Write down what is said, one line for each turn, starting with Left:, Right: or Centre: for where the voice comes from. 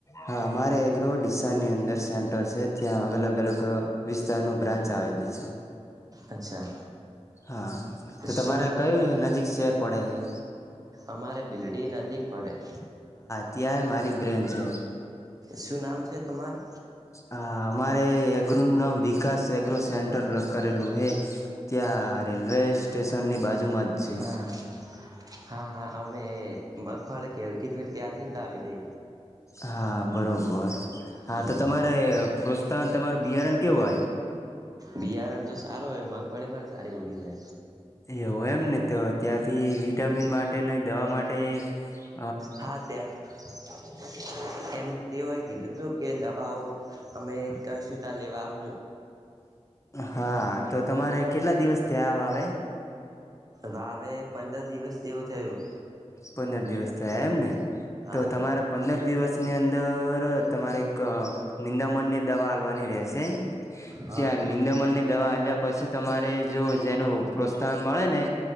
Left: હા મારે એગ્રો ડીસાની અંદર સેન્ટર છે ત્યાં અલગ અલગ વિસ્તાર ન બ્રાન્ચ આવેલ છે.
Right: અચ્છા.
Left: હા તો તમારે
Right: શું નામ
Left: કયું
Right: છે
Left: નજીક શેર પડે હૈ.
Right: અમારે ભીલડી નજીક પડે.
Left: ત્યાંય મારી બ્રેન છે.
Right: શું નામ છે? અમારે.
Left: હા અમારે એગ્રો નું નામ વિકાસ એગ્રો સેન્ટર લ કરેલું હે ત્યાં રેલવે સ્ટેશનની બાજુમાં જ છે
Right: હા હા હા. અમે મગફળ ગેલકી ફેર ત્યાંથી જ લાવી દે.
Left: હા બરોબર. હા
Right: હમ,
Left: તો તમારે તમારું બિયારણ કેવું આવ્યું
Right: બિયારણ તો સારું આવ મગફળી પણ સારી ઊગી છે
Left: એવું એમ ને તો ત્યાંથી વિટામિન માટે ને દવા માટે તે
Right: હા ત્યા એમ તેઓય કીધું કે દવાઓ અમે કશું ત્યા લેવા આવજો
Left: હા તો તમારે કેટલા દિવસ થયા આવે
Right: રવે પંદર દિવસ જેવું થયું
Left: પંદર દિવસ થયા એમ ને
Right: હા
Left: તો તમારે પંદર દિવસ ની અંદર તમારે એક નિંદામણની દવા હાલવાની રહેશે
Right: હા
Left: ત્યાં નિંદમણ ની દવા હલ્યા પછી તમારે જો જેનું પ્રોત્સાન મળને